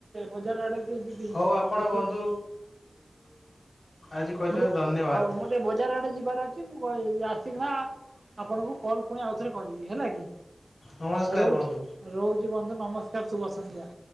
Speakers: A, on the right (about 55°); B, on the left (about 80°).
A: ବଜାର ଆଡେ ଟିକେ ଯିବି।
B: ହଉ ଆପଣ
A: କିଛି
B: ବନ୍ଧୁ ଆଜି କହିଥିବେ
A: ମୁଁ ଟିକେ
B: ଧନ୍ୟବାଦ।
A: ଆଉ ମୁଁ ଟିକେ ବଜାର ଆଡେ ଯିବାର ଅଛି ମୁଁ ଆସିକିନା ଆପଣଙ୍କୁ କଲ୍ ପୁଣି ଆଉ ଥରେ କହିଦେବି ହେଲା କି।
B: ନମସ୍କାର
A: ଆଉ ରହୁଛି
B: ବନ୍ଧୁ
A: ରହୁଛି ବନ୍ଧ ନମସ୍କାର ସୁୁଭ ସଂନ୍ଧ୍ୟା।